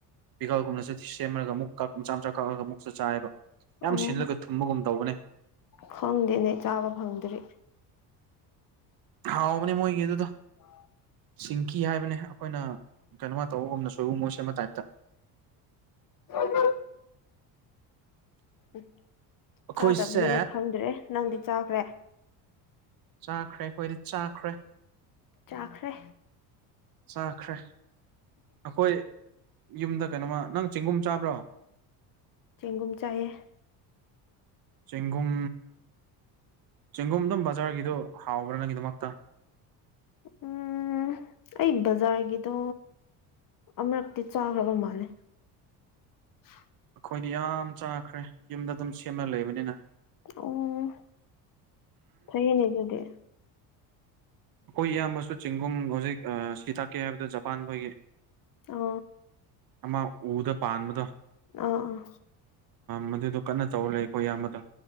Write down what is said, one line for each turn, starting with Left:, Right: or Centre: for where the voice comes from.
Right: ꯄꯤꯀꯥꯒꯨꯝꯅꯁꯨꯦ ꯁꯦꯝꯃꯔꯒ ꯑꯃꯨꯛ ꯃꯆꯥ ꯃꯆꯥ ꯀꯥꯂꯒ ꯑꯃꯨꯛꯁꯨ ꯆꯥꯏꯑꯕ ꯌꯥꯝ
Left: ꯑꯣ
Right: ꯁꯤꯜꯂꯒ ꯊꯨꯝꯕꯒꯨꯝ ꯇꯧꯕꯅꯦ
Left: ꯈꯪꯗꯦꯅꯦ ꯆꯥꯕ ꯐꯪꯗ꯭ꯔꯤ
Right: ꯍꯥꯎꯕꯅꯦ ꯃꯣꯏꯒꯤꯗꯨꯗꯣ
Left: ꯑꯣ
Right: ꯁꯤꯡꯀꯤ ꯍꯥꯏꯕꯅꯦ ꯑꯩꯈꯣꯏꯅ ꯀꯩꯅꯣꯃ ꯇꯧꯕꯒꯨꯝꯅ ꯁꯣꯏꯕꯨꯝ ꯃꯣꯏ ꯁꯦꯝꯕ ꯇꯥꯏꯞꯇ
Left: ꯑꯗꯨ ꯎꯝ
Right: ꯑꯩꯈꯣꯏꯁꯦ
Left: ꯆꯥꯗꯕꯅꯤꯅ ꯈꯪꯗ꯭ꯔꯦ ꯅꯪꯗꯤ ꯆꯥꯈ꯭ꯔꯦ
Right: ꯆꯥꯈ꯭ꯔꯦ ꯑꯩꯈꯣꯏꯗꯤ ꯆꯥꯈ꯭ꯔꯦ
Left: ꯆꯥꯈ꯭ꯔꯦ
Right: ꯆꯥꯈ꯭ꯔꯦ ꯑꯩꯈꯣꯏ ꯌꯨꯝꯗ ꯀꯩꯅꯣꯃ ꯅꯪ ꯆꯦꯡꯒꯨꯝ ꯆꯥꯕ꯭ꯔꯣ
Left: ꯆꯦꯡꯒꯨꯝ ꯆꯥꯏꯌꯦ
Right: ꯆꯒꯨꯝ ꯆꯦꯡꯒꯨꯝ ꯑꯗꯨꯝ ꯕꯖꯥꯔꯒꯤꯗꯣ ꯍꯥꯎꯕ꯭ꯔꯥ ꯅꯪꯒꯤꯗꯃꯛꯇ
Left: ꯎꯝ ꯑꯩ ꯕꯖꯥꯔꯒꯤꯗꯣ ꯑꯃꯨꯔꯛꯇꯤ ꯆꯥꯈ꯭ꯔꯕ ꯃꯥꯜꯂꯦ <unintelligible>
Right: ꯑꯩꯈꯣꯏꯗꯤ ꯌꯥꯝ ꯆꯥꯈ꯭ꯔꯦ ꯌꯨꯝꯗ ꯑꯗꯨꯝ ꯁꯦꯝꯃ ꯂꯩꯕꯅꯤꯅ
Left: ꯑꯣ ꯐꯩꯌꯦꯅꯦ ꯑꯗꯨꯗꯤ
Right: ꯑꯩꯈꯣꯏ ꯏꯌꯥꯝꯕꯁꯨ ꯆꯤꯡꯒꯨꯝ ꯍꯧꯖꯤꯛ ꯁꯤ ꯇꯥꯛꯀꯦ ꯍꯥꯏꯕꯗ ꯖꯄꯥꯟ ꯑꯩꯈꯣꯏꯒꯤ
Left: ꯑ
Right: ꯑꯃ ꯎꯗ ꯄꯥꯟꯕꯗꯣ
Left: ꯑꯥ ꯑꯥ
Right: ꯃꯗꯨꯗꯣ ꯀꯟꯅ ꯇꯧꯔ ꯂꯩꯦ ꯑꯩꯈꯣꯏ ꯑꯌꯥꯝꯕꯗ